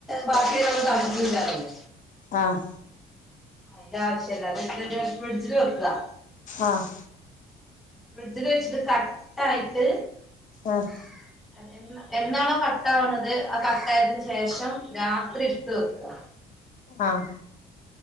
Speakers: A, in the centre; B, on the left.
A: ബാക്കിള്ളത് തൾപ്പിച്ചൂറ്റാറല്ലേ
B: ആഹ്
A: അയ്ൻ്റാവശ്യല്ല ത്‌ത്ടെ ഫ്രിഡ്ജില് വെക്കാ.
B: ആഹ്
A: ഫ്രിഡ്ജില് വെച്ചിട്ട് കട്ടായിട്ട്
B: ആഹ്
A: <unintelligible> എന്നാണോ കട്ടാവ്ണത് ആ കട്ടായതിന് ശേഷം രാത്രി ഇട്ത്ത് വെക്കാ
B: ആഹ്